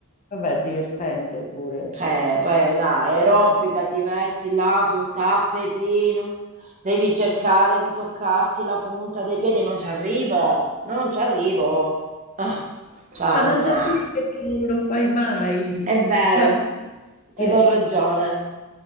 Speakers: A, on the left (about 35°); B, on the right (about 35°).
A: vabbè, è divertente pure.
B: Eh, poi la aerobica ti metti là sul tappetino, devi cercare di toccarti la punta dei piedi, non ci arrivo, non ci arrivo. Ah, Anna,
A: Ma non c'è perché non lo fai mai.
B: è vero,
A: Cioè,
B: ti
A: eh,
B: do ragione.